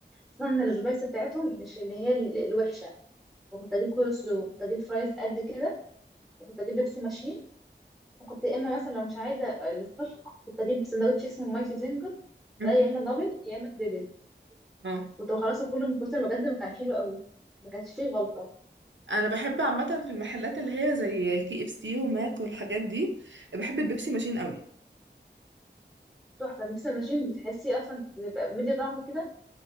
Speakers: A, in the centre; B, on the right.
A: خصوصا ان السبايسي بتاعتهم مش اللي هي ال- الوحشه وكنت اجيب كول سلو وكنت اجيب فرايز قد كده وكنت اجيب بيبسي ماشين وكنت يا اما مثلا لو مش عايزه القطع كنت اجيب سندوتش اسمه مايتي زنجر ده
B: مم.
A: يا اما دبل يا اما تريبل
B: اه
A: كنت بخلصه كله من كتر بجد ما كان حلو قوي ما كانش فيه غلطه
B: انا بحب عامه في المحلات اللي هي زي كي اف سي وماك والحاجات دي بحب البيبسي ماشين قوي
A: تحفة نفس الماشين بتحسي أصلا بيبقى مدي طعم كده